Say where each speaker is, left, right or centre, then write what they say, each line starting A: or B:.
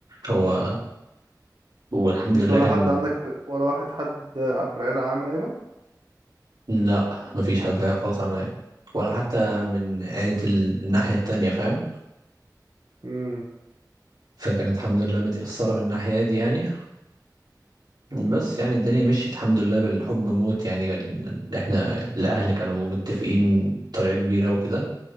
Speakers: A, on the right; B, on the right.
A: هو والحمد
B: مفيش
A: لله
B: ولا
A: كان
B: حد عندك في- ولا واحد حد آه، في العيلة عامل قايمة
A: لا ما فيش حد كده خالص عمل قايمة ولا حتى من عيلة ال- الناحية التانية فاهم
B: امم
A: فكانت الحمد لله متأثرة من الناحية دي يعني بس يعني الدنيا مشيت الحمد لله بالحب موت يعني كان احنا الاهل كانوا متفقين بطريقة كبيرة وكده